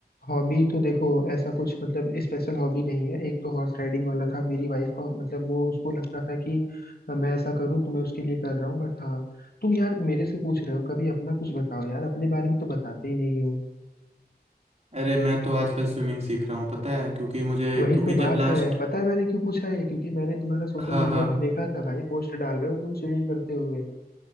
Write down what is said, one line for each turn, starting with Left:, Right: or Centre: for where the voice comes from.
Left: हॉबी तो देखो ऐसा कुछ मतलब स्पेशल हॉबी नहीं है एक तो हॉर्स राइडिंग वाला था मेरी वाइफ का मतलब वो उसको लगता था कि मैं ऐसा करूं तो मैं उसके लिए कर रहा हूं बट हाँ तुम यार मेरे से पूछ रहे हो कभी अपना कुछ बताओ यार अपने बारे में तो बताते ही नहीं हो
Right: अरे मैं तो आजकल स्विमिंग सीख रहा हूँ पता है क्योंकि मुझे
Left: वही
Right: क्योंकि
Left: तो बात
Right: जब लास्ट
Left: है पता है मैंने क्यों पूछा है क्योंकि मैंने तुम्हारा सोशल
Right: हाँ
Left: मीडिया
Right: हाँ
Left: पे देखा था भाई पोस्ट डाल रहे हो तुम स्विमिंग करते हुए